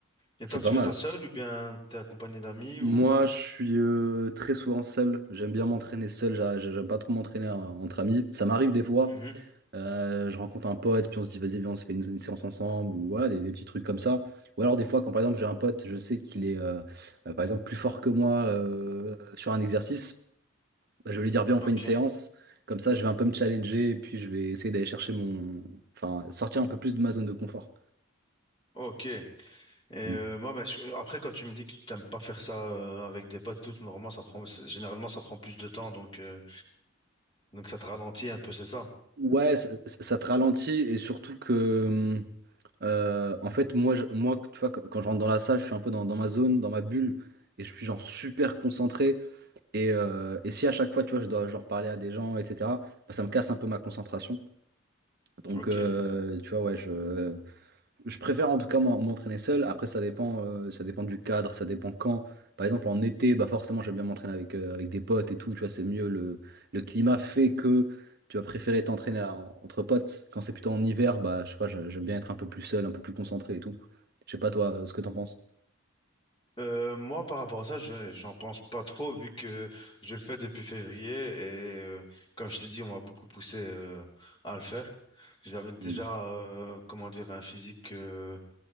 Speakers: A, on the left (about 25°); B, on the right (about 50°).
A: Et
B: C'est
A: toi,
B: pas
A: tu fais
B: mal.
A: ça seul ou bien t'es accompagné d'amis
B: Moi,
A: ou...
B: je suis euh, très souvent seul. J'aime bien m'entraîner seul. J'a- j'a- J'aime pas trop m'entraîner euh, entre amis. Ça m'arrive des fois.
A: Mhm.
B: euh, je rencontre un pote, puis on se dit, vas-y, viens, on se fait une, une séance ensemble. Ou voilà, des, des petits trucs comme ça. Ou alors, des fois, quand par exemple, j'ai un pote, je sais qu'il est, euh, euh, par exemple, plus fort que moi euh, sur un exercice. Bah, je vais lui dire, viens, on
A: Ok.
B: fait une séance. Comme ça, je vais un peu me challenger et puis je vais essayer d'aller chercher mon. Enfin, sortir un peu plus de ma zone de confort.
A: Ok. Et euh,
B: Mm.
A: moi, bah, je- après, quand tu me dis que t'aimes pas faire ça euh, avec des potes et tout, normalement, ça prend, c'est- généralement, ça prend plus de temps, donc, euh, donc ça te ralentit un peu, c'est ça?
B: Ouais, ça, ça- ça te ralentit et surtout que. euh, en fait, moi, je- moi, tu vois, quand quand je rentre dans la salle, je suis un peu dans, dans ma zone, dans ma bulle et je suis genre super concentré. Et, euh, et si à chaque fois, tu vois, je dois genre parler à des gens, etc., bah, ça me casse un peu ma concentration. Donc,
A: Ok.
B: euh, tu vois, ouais, je. Je préfère en tout cas m'en- m'entraîner seul. Après, ça dépend, euh, ça dépend du cadre, ça dépend quand. Par exemple, en été, bah forcément, j'aime bien m'entraîner avec, euh, avec des potes et tout. Tu vois, c'est mieux. Le, le climat fait que tu vas préférer t'entraîner à- entre potes. Quand c'est plutôt en hiver, bah je sais pas, j'a- j'aime bien être un peu plus seul, un peu plus concentré et tout. Je sais pas, toi, euh, ce que t'en penses.
A: Euh, moi, par rapport à ça, je, j'en pense pas trop vu que je le fais depuis février et euh, comme je t'ai dit, on m'a beaucoup poussé euh, à le faire. J'avais déjà,
B: Hmm.
A: euh, comment dire, un physique euh,